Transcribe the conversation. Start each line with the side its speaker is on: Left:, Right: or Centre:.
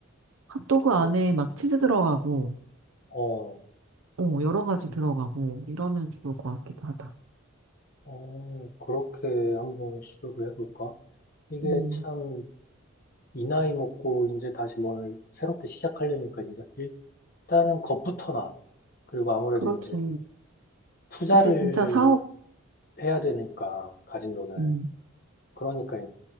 Right: 핫도그
Left: 그것도,
Right: 안에 막 치즈 들어가고
Left: 어,
Right: 어, 여러 가지 들어가고 이러면 좋을 것 같기도 하다.
Left: 어, 그렇게 한번 시도를 해볼까? 이게
Right: 음,
Left: 참, 이 나이 먹고 이제 다시 뭘 새롭게 시작하려니까 이제 일단은 겁부터 나. 그리고 아무래도
Right: 그렇지.
Left: 이제 투자를
Right: 근데 진짜 사업,
Left: 해야 되니까, 가진 돈을.
Right: 음,
Left: 그러니까